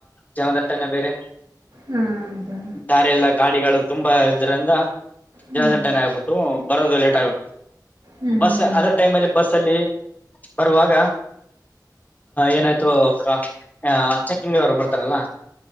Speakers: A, on the left; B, on the right.
A: ಜನದಟ್ಟಣೆ ಬೇರೆ.
B: ಹಾ ಹೌದಾ
A: ದಾರಿ ಎಲ್ಲ ಗಾಡಿಗಳು ತುಂಬಾ ಇದರಿಂದ
B: ಹ್ಮ್
A: ಜನದಟ್ಟನೆ ಆಗ್ಬುಟ್ಟು ಬರೋದು ಲೇಟ್ ಆಗುತ್,
B: ಹ್ಮ್
A: ಬಸ್ ಅದ ಟೈಮ್ ಅಲ್ಲಿ ಬಸ್ ಅಲ್ಲಿ ಬರುವಾಗ ಏನಾಯ್ತು ಅ ಚೆಕಿಂಗ್ ಅವ್ರು ಬರ್ತಾರಲ್ಲ